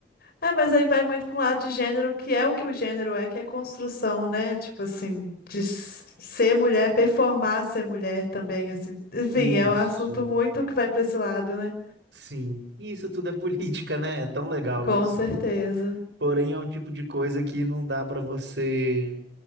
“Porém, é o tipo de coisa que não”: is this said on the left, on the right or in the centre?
Right